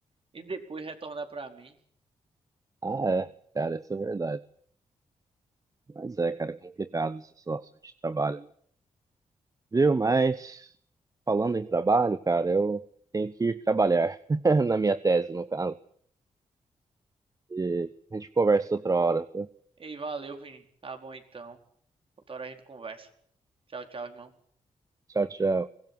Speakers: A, on the right (about 45°); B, on the right (about 25°).
A: e depois retornar pra mim.
B: Ah, é, cara, isso é verdade. Mas é, cara, é complicado essa situação de trabalho. né? Viu? Mas falando em trabalho, cara, eu tenho que ir trabalhar <laughs> na minha tese, no caso. E a gente conversa outra hora. tá?
A: Ei, valeu, Vini. Tá bom então. Outra hora a gente conversa. Tchau, tchau, irmão.
B: Tchau, tchau.